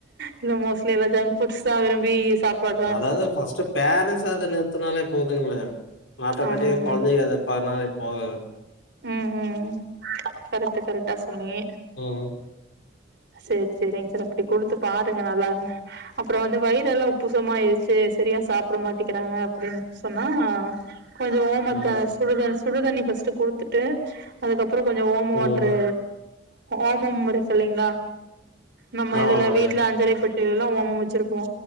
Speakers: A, on the right; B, on the left.
A: இல்ல மோஸ்ட்லி எல்லா ஜங்க் ஃபுடஸ் தா விரும்பி சாப்டாதா
B: அது ஃபஸ்ட்ப் பேரன்ட்ஸ் அத நிறுத்துனாலே போதுங்ளே ஆட்டோமேட்டிக்கா
A: ஆமாமா
B: கொழந்தைக அத பனாலே போத
A: ம் ம் ம் கரெக்டு கரெக்டா சொன்னிங்க
B: ம்
A: சேரி சேரிங் சார் அப்டி குடுத்து பாருங்க நல்லா அப்புறொ இந்த வயிறெல்லா உப்புசமாயிரிச்சு சரியா சாப்ட மாட்டிக்கிறாங்க அப்டின் சொன்னா கொஞ்சோ ஓமத்த
B: ம்
A: சுடுத சுடுதண்ணி ஃபர்ஸ்டு குடுத்துட்டு அதுக்கப்பறொ கொஞ்ச ஓம வாட்ரு
B: ம்
A: ஓமம்முருக்கு இல்லைங்ளா நம்ம
B: ஆமாமாங்க
A: இதுல வீட்ல அஞ்சரைப்பெட்டியிலல்லா ஓமம் வச்சிருப்போ